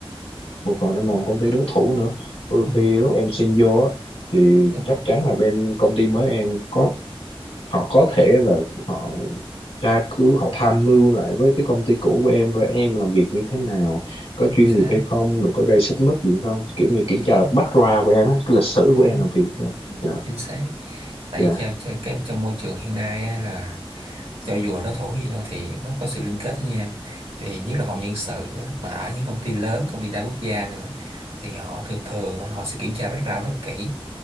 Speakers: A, on the left; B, on the right.
A: một phần em làm công ty đối thủ nữa đôi
B: ừ,
A: khi lúc em xin vô á, thì
B: đúng
A: chắc
B: rồi
A: chắn là bên công ty mới em có họ có thể là họ tra cứu họ tham mưu lại với cái công ty cũ của em coi em làm việc như thế nào có
B: chính
A: chuyên
B: xác
A: nghiệp hay không rồi có gây xích mích gì không kiểu như kiểm
B: chính
A: tra là background của em á cái lịch sử
B: đúng
A: của em làm việc dạ dạ
B: chính xác tại
A: dạ
B: vì theo cho- cái trong môi trường hiện nay á, là cho dù là đối thủ gì đó thì nó có sự liên kết với nhau thì nhất là phòng nhân sự á, mà ở những công ty lớn công ty đa quốc gia nữa thì họ thường thường họ sẽ kiểm tra background rất là kỹ